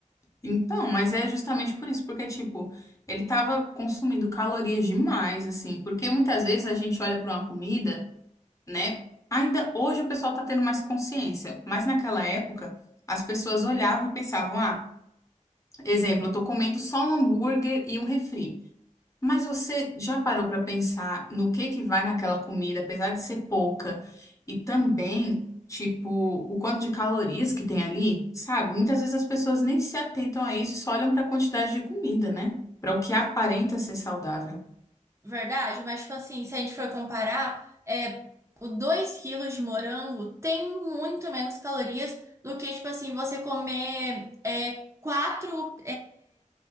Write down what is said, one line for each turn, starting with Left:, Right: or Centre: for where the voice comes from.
Left: Então, mas é justamente por isso, porque, tipo, ele tava consumindo calorias demais, assim, porque muitas vezes a gente olha para uma comida, né? Ainda hoje o pessoal tá tendo mais consciência, mas naquela época as pessoas olhavam e pensavam, ah, exemplo, eu tô comendo só um hambúrguer e um refri. Mas você já parou para pensar no que que vai naquela comida, apesar de ser pouca, e também, tipo, o quanto de calorias que tem ali, sabe? Muitas vezes as pessoas nem se atentam a isso, só olham para a quantidade de comida, né? Para o que aparenta ser saudável.
Right: Verdade, mas tipo assim, se a gente for comparar, é, o 2 quilos de morango tem muito menos calorias do que, tipo assim, você comer é, 4